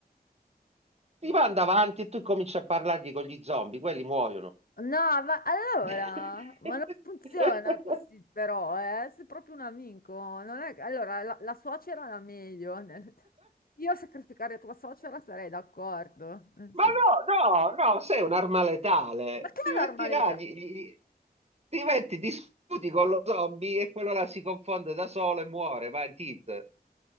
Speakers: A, on the right (about 40°); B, on the left (about 60°).
A: Ti manda avanti e tu cominci a parlargli con gli zombie, quelli muoiono.
B: No, ma allora,
A: <laughs>
B: ma non funziona così però, eh? Sei proprio un amico, non è... Allora, la, la suocera era meglio. <laughs> nel- Io a sacrificare tua suocera sarei d'accordo. nel
A: Ma
B: senso.
A: no, no, no, sei un'arma letale.
B: Ma che
A: Ti
B: è
A: metti
B: normalità?
A: là, gli- gli- gli- ti metti, discuti con lo zombie e quello là si confonde da solo e muore, va in tilt.